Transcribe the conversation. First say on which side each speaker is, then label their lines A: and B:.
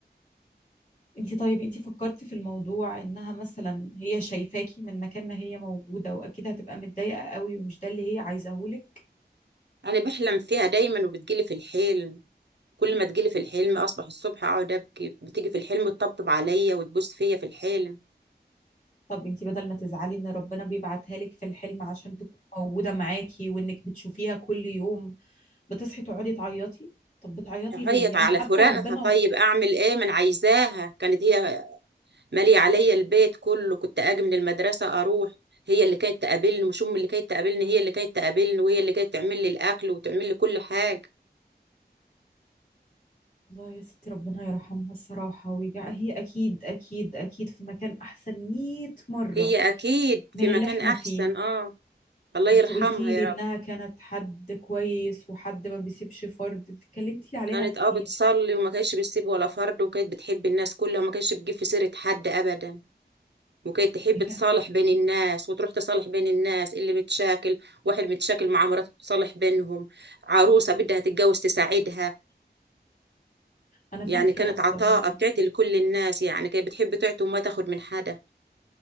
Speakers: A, on the left; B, on the right.
A: انت طيب انت فكرتي في الموضوع انها مثلا هي شايفاكي من مكان ما هي موجوده واكيد هتبقى متضايقه قوي ومش ده اللي هي عايزاهولك
B: انا بحلم فيها دايما وبتجيلي في الحلم كل ما تجيلي في الحلم اصبح الصبح اقعد ابكي بتيجي في الحلم تطبطب عليا وتبوس فيا في الحلم
A: طب انتي بدل ما تزعلي ان ربنا بيبعتها لك في الحلم عشان تكون موجودة معاكي وانك بتشوفيها كل يوم بتصحي تقعدي تعيطي طب بتعيطي
B: وهعيط
A: ليه يعني
B: على
A: حتى
B: فراقها
A: ربنا
B: طيب اعمل ايه من عايزاها كانت هي ماليه عليا البيت كله كنت اجي من المدرسه اروح هي اللي كانت تقابلني مش ام اللي كانت تقابلني هي اللي كانت تقابلني وهي اللي كانت تعمل لي الاكل وتعمل لي كل حاجه
A: الله يا ستي ربنا يرحمها الصراحة ويجع هي اكيد اكيد اكيد في مكان احسن 100 مرة
B: هي اكيد
A: من
B: في مكان
A: اللي احنا
B: احسن
A: فيه
B: اه الله يرحمها
A: انتي قلتي
B: يا
A: لي انها
B: رب
A: كانت حد كويس وحد ما بيسيبش فرد انتي اتكلمتي عليها
B: كانت
A: كتير
B: اه بتصلي وما كانتش بتسيب ولا فرد وكانت بتحب الناس كلها وما كانتش بتجيب في سيرة حد ابدا وكانت تحب
A: هي
B: تصالح
A: كان-
B: بين الناس وتروح تصالح بين الناس اللي متشاكل واحد متشاكل مع مراته تصالح بينهم عروسة بدها تتجوز تساعدها
A: انا
B: يعني
A: فاكرة
B: كانت
A: اصلا
B: عطاءة بتعطي لكل الناس يعني كانت بتحب تعطي وما تاخد من حدا